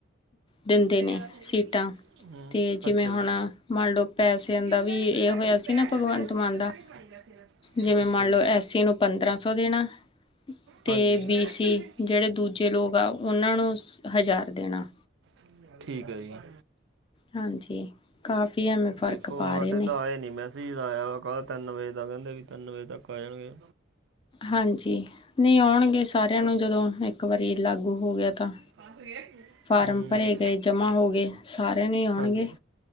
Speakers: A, on the left (about 25°); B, on the right (about 65°).
A: ਦਿੰਦੇ
B: ਦੇਰ
A: ਨੇ ਸੀਟਾਂ
B: ਸਹੀ ਹੂੰ
A: ਤੇ ਜਿਵੇਂ
B: ਅੱਛਾ
A: ਹੁਣ
B: ਜੀ
A: ਮੰਨ ਲਓ ਪੈਸਿਆਂ
B: ਅੱਗੇ ਨੂੰ
A: ਦਾ ਵੀ
B: ਮੈਂ ਇੱਧਰ
A: ਇਹ
B: ਬੈਠ
A: ਹੋਇਆ
B: ਕੇ
A: ਸੀ
B: ਬੈਠ
A: ਨਾ ਭਗਵੰਤ
B: ਮੈਂ ਉੱਥੇ
A: ਮਾਨ
B: ਇੱਧਰ
A: ਦਾ,
B: ਬੈਠ ਕੇ ਖਾਣੀ ਜਾ ਫਿਰ ਅੱਛਾ
A: ਜਿਵੇਂ ਮੰਨ
B: ਜੀ
A: ਲਓ ਐਸੀ ਨੂੰ ਪੰਦਰਾਂ ਸੌ ਦੇਣਾ। ਤੇ
B: ਹਾਂਜੀ ਨਹੀਂ
A: ਬੀਸੀ ਜਿਹੜੇ ਦੂਜੇ ਲੋਗ ਆ ਉਹਨਾਂ ਨੂੰ ਹਜ਼ਾਰ ਦੇਣਾ।
B: ਹੁਣ ਠੀਕ ਆਈ ਆ।
A: ਹਾਂਜੀ ਕਾਫੀ ਐਵੇਂ ਫ਼ਰਕ
B: ਦੇਖੋ
A: ਪਾ ਰਹੇ
B: ਸਾਡੇ
A: ਨੇ
B: ਤਾਂ ਆਏ ਨੀ ਮੈਂ ਮੈਸੀਜ ਆਇਆ ਵਾ ਕੱਲ ਤਿੰਨ ਵਜੇ ਦਾ ਕਹਿੰਦੇ ਵੀ ਤਿੰਨ ਵਜੇ ਤੱਕ ਆ ਜਾਣਗੇ।
A: ਹਾਂਜੀ ਨੀ ਆਉਣਗੇ ਸਾਰਿਆਂ ਨੂੰ ਜਦੋਂ ਇੱਕ ਵਾਰੀ ਲਾਗੂ ਹੋ ਗਿਆ ਤਾਂ।
B: ਫਸ ਗਏ
A: ਫਾਰਮ
B: ਹੂੰ
A: ਭਰੇ ਗਏ ਜਮਾ ਹੋ ਗਏ ਸਾਰਿਆਂ ਨੂੰ ਈ ਆਣਗੇ।
B: ਹਾਂਜੀ